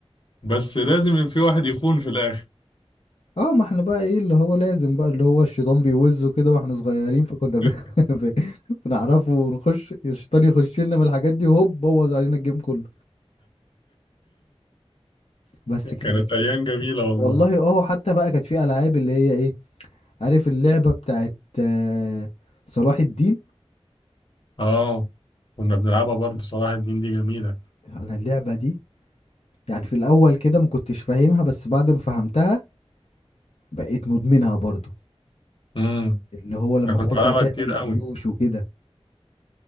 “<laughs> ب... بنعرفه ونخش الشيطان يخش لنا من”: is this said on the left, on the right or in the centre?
Left